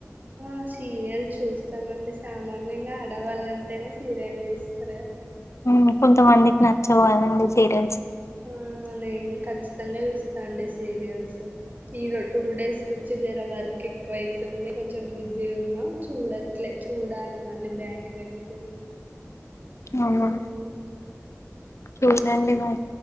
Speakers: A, on the right; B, on the left.
A: ఆ సీరియల్ చూస్తామండి సామాన్యంగా ఆడవాలంటేనే సీరియళ్ళు చు స్తారు కదా
B: మ్ కొంత మందికి నచ్చవు కదండీ సీరియల్స్
A: ఆ నేను ఖచ్చితంగా చూస్ తాండి సీరియల్స్ ఈ రో టూ డేస్ నుంచి జర వర్క్ ఎక్కువ ఐతుంది కొంచెం బి జి ఉన్నా చూడట్లే చూడాలి మళ్ళీ బ్యాక్ పెట్టుకొని
B: అవునా
A: హ్మ్.
B: చూడండి మరి